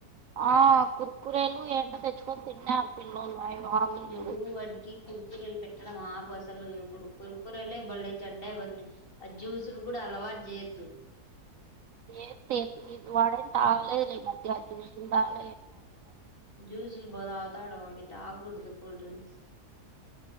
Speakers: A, on the right; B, on the left.
A: ఆ కురు కూరేలు ఏంటో తెచ్చుకొని తిన్నారుారు పిల్ల్లోలుు అవి వాళ్ళు లేరు
B: నువ్వు వాడికి కురుకురేలు పెట్టడం ఆపు అసలు ఇప్పుడు కురుకురళ బళ్ళ చెడ్డాపోయి ఆ జ్యూసులు కూడా అలవాటు చేయద్దు
A: ఏతే వాడ తాళ మ అషం తాళ
B: జ్యూస్ బాలే తాగుతాడు డ్రింక్స్